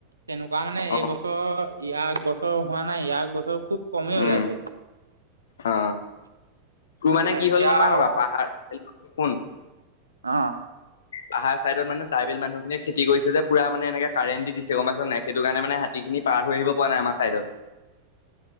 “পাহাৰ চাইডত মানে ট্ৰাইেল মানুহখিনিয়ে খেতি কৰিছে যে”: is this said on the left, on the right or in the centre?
Left